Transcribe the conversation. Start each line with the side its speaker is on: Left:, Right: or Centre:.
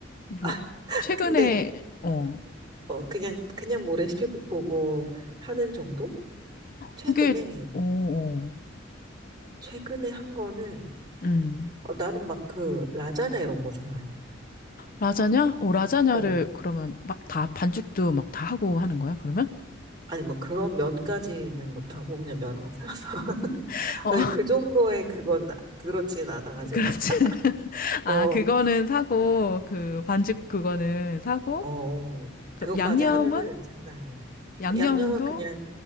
Left: 뭐
Right: 아, <laughs>
Left: 최근에
Right: 근데,
Left: 어,
Right: 어, 그냥, 그냥 뭐 레시피 북 보고 하는 정도? 최근에,
Left: 그게 어, 어.
Right: 최근에 한 거는,
Left: 음.
Right: 어, 나는 막 그, 라자냐 이런 거 좋아해.
Left: 라자냐? 어, 라자냐를
Right: 어,
Left: 그러면 막 다 반죽도 막 다 하고 하는 거야, 그러면?
Right: 아니 뭐 그런 면까지는 못하고, 그냥 면 사서.
Left: <laughs> 어,
Right: 근데 그 정도의 그건 나- 그렇진 않아가지고.
Left: 그렇지.
Right: <laughs>
Left: <laughs> 아,
Right: 어,
Left: 그거는 사고 그 반죽 그거는 사고
Right: 어,
Left: 그럼
Right: 그것까지
Left: 양념은
Right: 하면은 장난 아니야.
Left: 양념도
Right: 양념은 그냥,